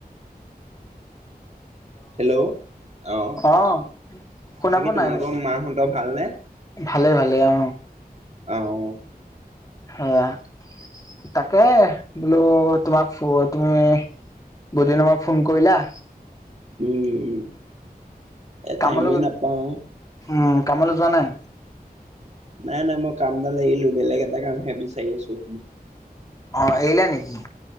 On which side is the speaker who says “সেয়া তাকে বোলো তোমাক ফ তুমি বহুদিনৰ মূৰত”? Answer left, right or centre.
Left